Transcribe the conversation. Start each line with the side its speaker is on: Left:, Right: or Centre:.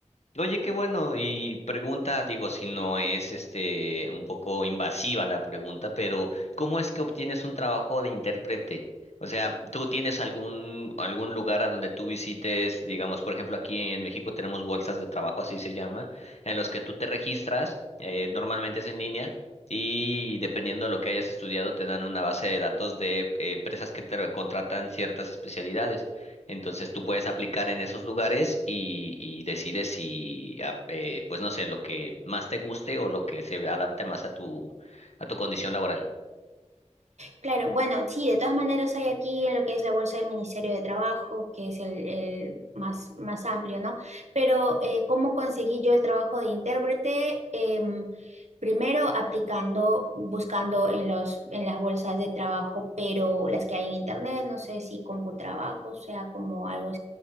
Left: Oye, qué bueno. Y pregunta, digo, si no es este un poco invasiva la pregunta, pero ¿cómo es que obtienes un trabajo de intérprete? O sea, ¿tú tienes algún algún lugar a donde tú visites, digamos, por ejemplo, aquí en México tenemos bolsas de trabajo, así se llama, en los que tú te registras, eh, normalmente es en línea. Y dependiendo de lo que hayas estudiado, te dan una base de datos de eh, empresas que te contratan ciertas especialidades. Entonces tú puedes aplicar en esos lugares y, y decides si, ah, eh, pues no sé, lo que más te guste o lo que se adapte más a tu, a tu condición laboral.
Right: Claro, bueno, sí, de todas maneras hay aquí en lo que es la bolsa del Ministerio de Trabajo, que es el, el más, más amplio, ¿no? Pero eh, ¿cómo conseguí yo el trabajo de intérprete? Em, primero aplicando, buscando en los, en las bolsas de trabajo, pero las que hay en internet, no sé si Computrabajo, o sea, como algo